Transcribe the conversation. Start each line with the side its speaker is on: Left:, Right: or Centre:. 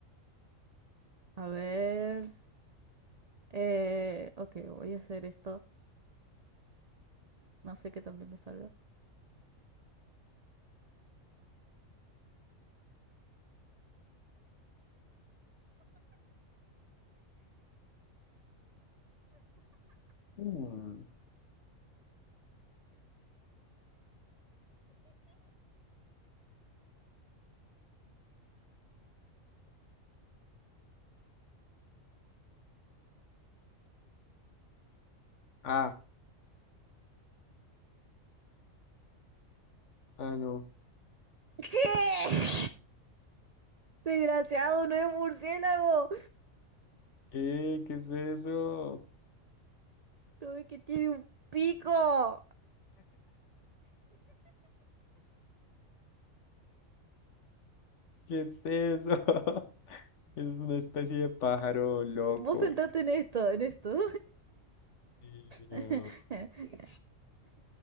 Right: A ver... Eh... Ok, voy a hacer esto. No sé qué también me salga.
Left: Mm, Ah, ah, no.
Right: ¿Qué? Desgraciado, no es un murciélago.
Left: Eh, ¿qué es eso?
Right: No ves que tiene un pico.
Left: ¿Qué es eso? <laughs> Es una especie de pájaro loco.
Right: Vos centrate en esto, en esto.
Left: Dios mío.
Right: <laughs>